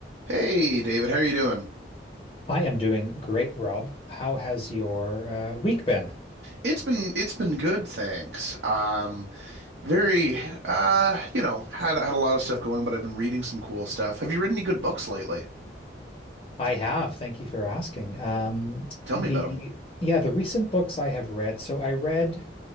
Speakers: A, on the right; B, on the left.
A: Hey David, how are you doing?
B: I am doing great, Rob. How has your uh, week been?
A: It's been it's been good, thanks. Um, very uh, you know, had had a lot of stuff going, but I've been reading some cool stuff. Have you read any good books lately?
B: I have. Thank you for asking. Um,
A: Tell
B: the
A: me about them.
B: yeah, the recent books I have read. So I read